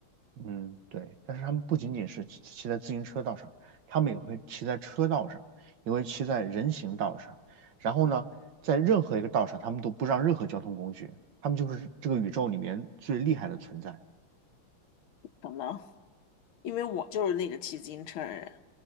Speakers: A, on the right; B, on the left.
A: 嗯，对，但是他们不仅仅是骑骑在自行车道上，他们也会骑在车道上，也会骑在人行道上。然后呢，在任何一个道上，他们都不让任何交通工具，他们就是这个宇宙里面最厉害的存在。
B: 可能因为我就是那个骑自行车的人，